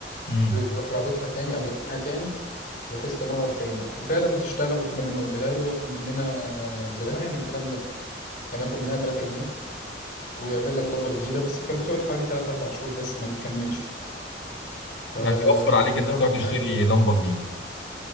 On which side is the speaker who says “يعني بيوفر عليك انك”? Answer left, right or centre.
Left